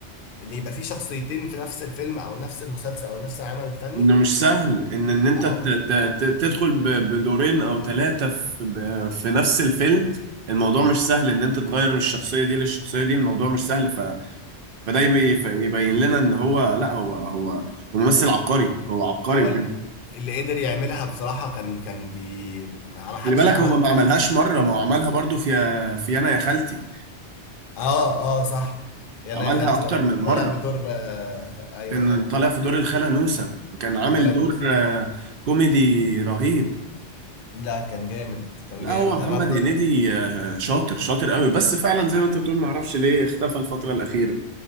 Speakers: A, on the left; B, on the right.
A: ان يبقى في شخصيتين في نفس الفيلم او نفس المسلسل او نفس العمل الفني
B: انه مش سهل ان ان انت
A: اه
B: ت...
A: م-
B: ت... ت- تدخل ب... بدورين او ثلاثة في... ب... في نفس الفيلم الموضوع مش سهل ان انت تغير من الشخصية دي للشخصية دي الموضوع مش سهل ف... فده يبي... يبين لنا ان هو لا هو هو هو ممثل عبقري هو عبقري
A: هو
B: بجد
A: ال- اللي قدر يعملها بصراحة كان كان بي ما حدش
B: خلي بالك
A: عملها
B: هو ما عملهاش مرة ما هو عملها برضو في في أنا يا خالتي
A: اه اه صح يعني
B: عملها
A: انا يا خالتي
B: أكتر
A: برضه
B: من
A: كان
B: مرة
A: طالع بدور آه خ- ايوه
B: كان
A: خالته
B: طالع في دور الخالة نوسة وكان عامل
A: خالة
B: دور
A: نوس
B: آه، كوميدي رهيب
A: لا كان جامد كان
B: لا
A: جامد
B: هو محمد
A: انا
B: هنيدي آه، شاطر شاطر قوي بس فعلا زي ما انت بتقول معرفش ليه اختفى الفترة الأخيرة